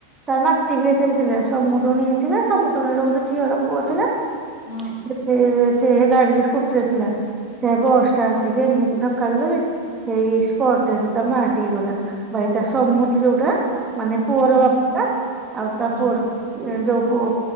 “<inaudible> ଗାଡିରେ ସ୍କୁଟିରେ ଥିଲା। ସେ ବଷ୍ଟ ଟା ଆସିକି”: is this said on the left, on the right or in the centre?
Right